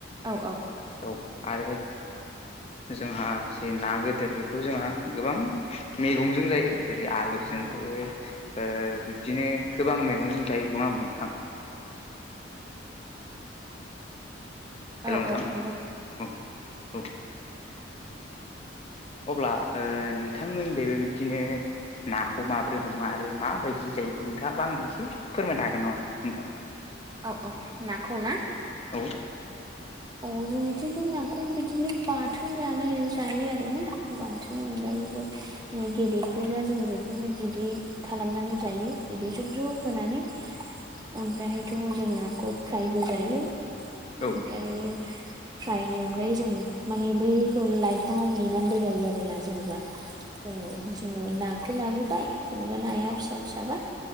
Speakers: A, on the right (about 20°); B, on the left (about 30°).
A: औ औ
B: औ आरो जोंहा जे ना गदोर बेखौ जोंहा गोबां मैगंजों जायो जेरै आलुजों जायो ओ बिब्दिनो गोबां मैगंजों जायो नङा होमबा नोंथां? हेल'
A: औ
B: नोंथां
A: औ नंगौ
B: औ औ ओ अब्ला ओ नोंथांमोननिजायबो बिब्दिनो नाखौ माबोरै हमो आरो माबायदि जायो नोंथाङाबा आंनो एसे फोरमायनो हागोन नामा नोंथां।
A: औ औ नाखौ ना?
B: औ
A: अ जोंनिथिन्थ' नाखौ बिदिनो बाथोन जानाय जायो आरोना बाथोननि अनगायैबो गेदेरफोरबा जों बेखौहाय बिदै खालामनानै जायो बिदै जब ज्रब होनानै।
B: <inaudible>
A: ओमफ्रायहायथ' जों नाखौ फ्रायबो जायो
B: औ
A: ओमफ्राय फ्रायनि अनगायै जों माने बेखौ लाइफाङाव नेनानैबो जायो आरोना जेन'बा औ जोङो नाखौ लाबोबाय जेनेबा नाया
B: औ
A: फिसा फिसाबा